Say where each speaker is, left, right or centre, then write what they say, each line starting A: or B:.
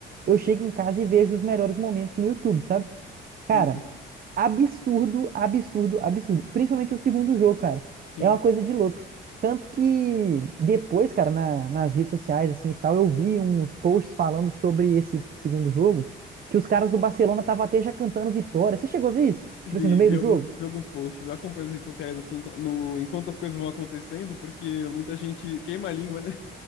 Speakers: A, on the right (about 45°); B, on the left (about 85°).
A: eu chego em casa e vejo os melhores momentos no YouTube, sabe?
B: sim,
A: Cara,
B: sim.
A: absurdo, absurdo, absurdo. Principalmente o segundo jogo, cara.
B: Sim.
A: É uma coisa de louco. Tanto que depois, cara, na- nas redes sociais, assim e tal, eu vi uns posts falando sobre esse segundo jogo, que os caras do Barcelona estavam até já cantando vitória. Você chegou a ver isso?
B: Vi,
A: Tipo assim, no meio
B: vi
A: do
B: alguns,
A: jogo?
B: vi alguns posts. Eu acompanho as redes sociais assim no, enquanto as coisas vão acontecendo, porque muita gente queima a língua, né?